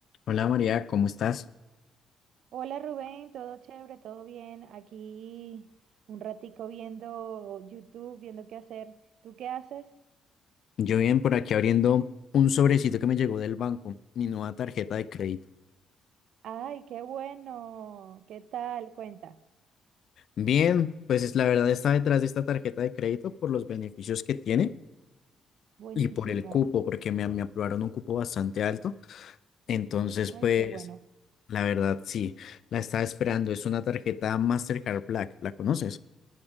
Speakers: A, on the left (about 65°); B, on the right (about 75°).
A: Hola María, ¿cómo estás?
B: Hola Rubén, todo chévere, todo bien. Aquí un ratico viendo YouTube, viendo qué hacer. ¿Tú qué haces?
A: Yo bien por aquí abriendo un sobrecito que me llegó del banco, mi nueva tarjeta de crédito.
B: Ay, qué bueno. ¿Qué tal? Cuenta.
A: Bien, pues es la verdad está detrás de esta tarjeta de crédito por los beneficios que tiene
B: Buenísimo.
A: y por el cupo, porque me, me aprobaron un cupo bastante alto. Entonces,
B: Ay,
A: pues
B: qué bueno.
A: la verdad sí, la estaba esperando. Es una tarjeta Mastercard Black, ¿la conoces?